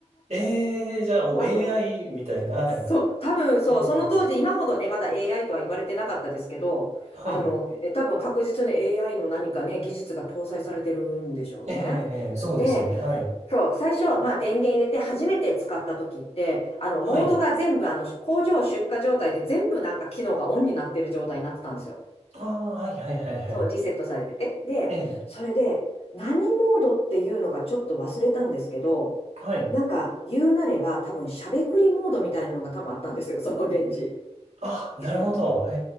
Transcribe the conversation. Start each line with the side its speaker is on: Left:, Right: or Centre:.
Right: えー、じゃあもう
Left: <laughs> あの、
Right: AI みたいな。はい。
Left: そう、多分そう、
Right: ええ
Left: その当時、今ほどね、まだ AI とは言われてなかったですけど、
Right: はい。
Left: あの、え、多分確実に AI の何かね、技術が搭載されてるんでしょうね。
Right: ええそうですよね。
Left: で、
Right: はい。
Left: そう、最初、まあ電源入れて初めて使った時って、あの、
Right: はい。
Left: モードが全部、あの、工場出荷状態で全部なんか機能がオンになってる状態になってたんですよ。
Right: ああ、はいはいはいはい。
Left: そう、リセットされてて。で、
Right: ええ
Left: それで、何モードっていうのかちょっと忘れたんですけど、
Right: はい。
Left: なんか言うなれば多分しゃべくりモードみたいなのが多分あったんですよ、そのレンジ。
Right: あ、なるほど。
Left: で、
Right: え